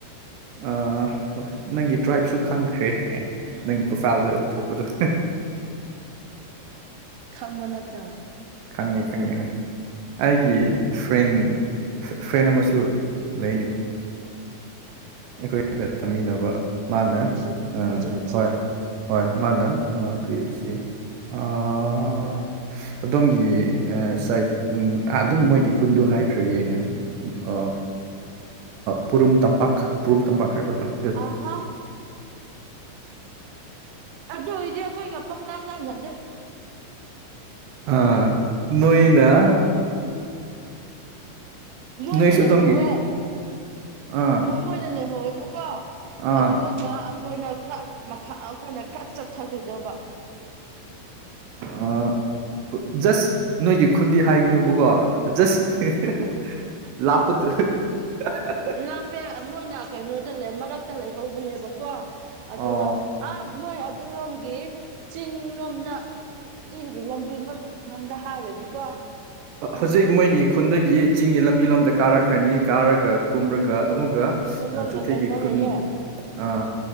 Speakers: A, on the right (about 75°); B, on the right (about 90°).
A: ꯑꯥ ꯍꯣꯏ ꯅꯪꯒꯤ ꯇ꯭ꯔꯥꯏꯞꯁꯨ ꯈꯪꯈ꯭ꯔꯦ ꯑꯦ
B: ꯎꯝ
A: ꯅꯪꯒꯤ ꯄ꯭ꯔꯣꯐꯥꯏꯜꯗ ꯊꯣꯛꯄꯗꯣ
B: ꯈꯪꯕ ꯅꯠꯇ꯭ꯔꯥ
A: ꯈꯪꯉꯦ ꯈꯪꯉꯦ ꯑꯩꯒꯤ ꯐ꯭ꯔꯦꯟ ꯐ꯭ꯔꯦꯟ ꯑꯃꯁꯨ ꯂꯩꯅꯦ ꯑꯩꯈꯣꯏꯒ ꯇꯝꯃꯤꯟꯅꯕ ꯃꯥꯅ
B: ꯍꯧꯖꯤꯛ
A: ꯑꯥ
B: ꯍꯧꯖꯤꯛ ꯍꯧꯖꯤꯛ
A: ꯍꯣꯏ ꯍꯣꯏ ꯃꯥꯅ ꯀꯔꯤ ꯁꯤ ꯑꯥ ꯑꯗꯣꯝꯒꯤ ꯁꯥꯏꯠ ꯎꯝ ꯑꯥ ꯑꯗꯨꯝ ꯃꯣꯏꯒꯤ ꯈꯨꯟꯗꯨ ꯍꯥꯏꯈ꯭ꯔꯒꯦꯅ ꯑꯥ ꯄꯨꯔꯨꯝ ꯇꯝꯄꯥꯛ ꯄꯨꯔꯨꯝ ꯇꯝꯄꯥꯛ ꯍꯥꯏꯕ꯭ꯔꯥꯥ
B: ꯑꯥꯍꯥ ꯑꯗꯨ ꯑꯣꯏꯗꯤ ꯑꯩꯈꯣꯏꯒ ꯄꯪꯅꯥꯞ ꯂꯥꯞꯅꯗꯦ
A: ꯑꯥ ꯅꯣꯏꯅ
B: ꯃꯣꯏꯅ
A: ꯅꯣꯏꯁꯨ
B: ꯂꯩꯍꯧꯋꯦ
A: ꯑꯗꯣꯝꯒꯤ ꯑꯥ
B: ꯃꯣ ꯃꯣꯏꯅ ꯂꯩꯍꯧꯋꯦꯕꯀꯣ
A: ꯑꯥ
B: ꯑꯗꯨ ꯒ ꯑꯩꯈꯣꯏꯅ ꯈꯔ ꯃꯈꯥ ꯑꯩꯈꯣꯏꯅ ꯈꯔ ꯆꯠꯊꯈꯤꯗꯧꯕ
A: ꯑꯥ ꯖꯁ ꯅꯣꯏꯒꯤ ꯈꯨꯟꯗꯤ ꯍꯥꯏꯒꯅꯨꯕꯀꯣ ꯖꯁ ꯍꯦꯍꯦ ꯂꯥꯞꯄꯗꯣ ꯍꯥꯍꯥ
B: ꯂꯥꯞꯄꯦ ꯃꯣꯏꯅ ꯀꯩꯅꯣꯗ ꯂꯩ ꯃꯔꯛꯇ ꯂꯩꯍꯧꯕꯅꯦꯕꯀꯣ ꯑꯗꯨꯒ
A: ꯑꯣ
B: ꯑꯥ ꯃꯣꯏ ꯑꯗꯨꯔꯣꯝꯒꯤ ꯆꯤꯡ ꯂꯣꯝꯗ ꯆꯤꯡꯒꯤ ꯂꯝꯕꯤ ꯑꯃ <unintelligible> ꯍꯥꯏꯔꯗꯤꯀꯣ ꯎꯝ
A: ꯍꯧꯖꯤꯛ ꯃꯣꯏꯒꯤ ꯈꯨꯟꯗꯒꯤ ꯆꯤꯡꯒꯤ ꯂꯝꯕꯤ ꯂꯣꯝꯗ ꯀꯥꯔꯛꯈ꯭ꯔꯅꯤ ꯀꯥꯔꯒ ꯀꯨꯝꯔꯒ ꯑꯃꯨꯛꯀ
B: ꯀꯨꯝꯃꯒ
A: ꯆꯨꯊꯦꯛꯒꯤ
B: ꯀꯩꯅꯣ
A: ꯈꯨꯟ
B: ꯂꯩꯌꯦ
A: ꯑꯥ